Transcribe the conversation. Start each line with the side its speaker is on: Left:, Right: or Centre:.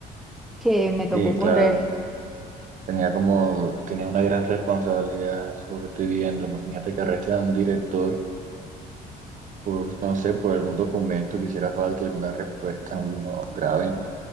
Centre: que me tocó
Right: Sí,
Centre: correr.
Right: claro, tenía como, tenía una gran responsabilidad, eso que estoy viendo. Imagínate que arresten a un director por, no sé, por algún documento que hiciera falta, alguna respuesta, uno grave.